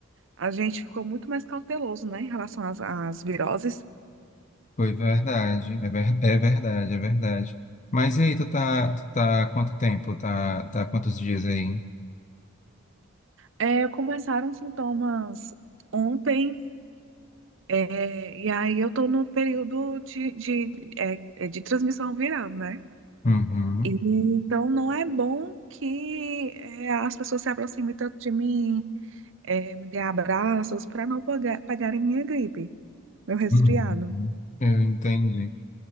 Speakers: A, on the right (about 65°); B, on the left (about 35°).
A: a gente ficou muito mais cauteloso, né, em relação às, às viroses.
B: foi verdade, é, ver- é verdade, é verdade. Mas e aí, tu tá, tu tá há quanto tempo? Tá, tá há quantos dias aí?
A: É, começaram sintomas ontem. É, e aí eu estou no período de, de, é, é de transmissão viral, né?
B: Uhum.
A: E, então não é bom que é, as pessoas se aproximem tanto de mim, é, me dê abraços para não pagar, pagarem minha gripe, meu resfriado.
B: Uhum. uhum. Eu entendi.